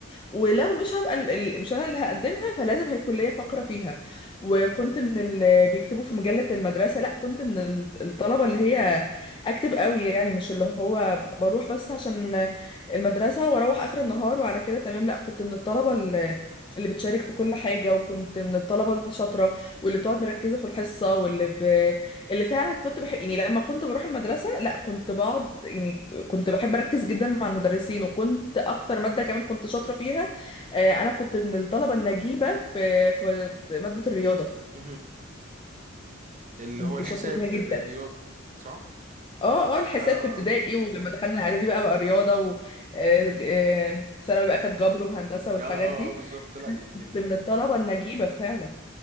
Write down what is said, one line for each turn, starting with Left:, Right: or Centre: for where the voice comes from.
Left: ولو مش هبقى ال- ال- مش انا اللي هقدمها فلازم هي الكليه فاقره فيها وكنت من اللي بيكتبوا في مجله المدرسه لا كنت من ال- الطلبه اللي هي اكتف قوي يعني مش اللي هو بروح بس عشان المدرسه واروح اخر النهار وعلى كده تمام لا كنت من الطلبه اللي اللي بتشارك في كل حاجه وكنت من الطلبه الشاطره واللي بتقعد مركزه في الحصه واللي ب... اللي فعلا كنت بحب يعني لما كنت بروح المدرسة لا كنت بقعد يعني كنت بحب أركز جدا مع المدرسين وكنت أكتر مادة كمان كنت شاطرة فيها آه، أنا كنت من الطلبة النجيبة في في مادة الرياضة
Right: مهم. اللي
Left: كنت
Right: هو الحساب
Left: شاطرة فيها جدا
Right: الرياضيات صح؟
Left: اه اه الحساب
Right: اه
Left: في
Right: اه
Left: ابتدائي ولما دخلنا إعدادي بقى بقى رياضة و آه، آه، ثانوي بقى كانت جبر وهندسة والحاجات
Right: اه اه
Left: دي
Right: آه، بالظبط لا يمكن
Left: كنت من الطلبة النجيبة فعلا